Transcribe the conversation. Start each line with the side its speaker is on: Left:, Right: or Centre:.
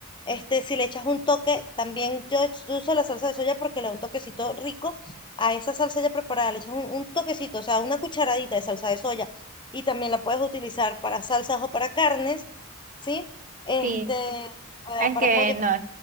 Left: este, si le echas un toque, también yo uso la salsa de soya porque le da un toquecito rico a esa salsa ya preparada, le echas un, un toquecito, o sea, una cucharadita de salsa de soya y también la puedes utilizar para salsas o para carnes, ¿sí? Este,
Right: Sí,
Left: para,
Right: es
Left: para
Right: que
Left: pollo,
Right: no,
Left: para